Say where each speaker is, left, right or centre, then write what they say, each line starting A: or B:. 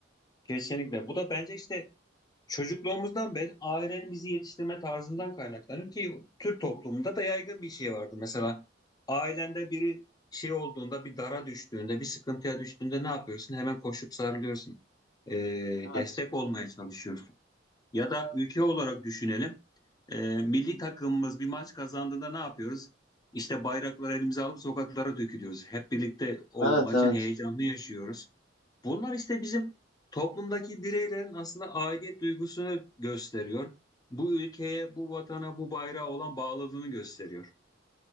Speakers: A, on the left; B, on the left.
A: Kesinlikle. Bu da bence işte çocukluğumuzdan beri ailenin bizi yetiştirme tarzından kaynaklanıyor ki Türk toplumunda da yaygın bir şey vardı. Mesela ailende biri şey olduğunda bir dara düştüğünde bir sıkıntıya düştüğünde ne yapıyorsun? Hemen koşup sarılıyorsun. Ee, destek
B: Evet,
A: olmaya çalışıyorsun. Ya da ülke olarak düşünelim. Ee, milli takımımız bir maç kazandığında ne yapıyoruz? İşte bayrakları elimize alıp sokaklara dökülüyoruz. Hep birlikte o
B: evet,
A: maçın
B: evet.
A: heyecanını yaşıyoruz. Bunlar işte bizim toplumdaki bireylerin aslında aidiyet duygusunu gösteriyor. Bu ülkeye, bu vatana, bu bayrağa olan bağlılığını gösteriyor.